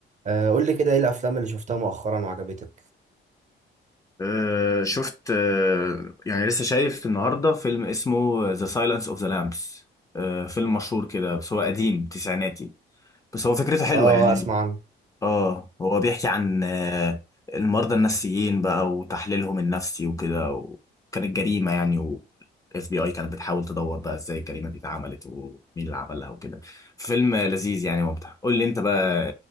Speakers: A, on the right (about 35°); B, on the left (about 15°).
A: آه، قول لي كده ايه الافلام اللي شفتها مؤخرا وعجبتك
B: آه، شفت آه، يعني لسه شايف النهارده فيلم اسمه ذا سايلنس اوف ذا لامبس فيلم مشهور كده بس هو قديم تسعيناتي بس هو فكرته حلوه
A: اه
B: يعني
A: اسمع عنه
B: اه هو بيحكي عن آه، المرضى النفسيين بقى وتحليلهم النفسي وكده وكانت جريمه يعني والاف بي اي كانت بتحاول تدور بقى ازاي الجريمه دي اتعملت ومين اللي عملها وكده فيلم لذيذ يعني ممتع قول لي انت بقى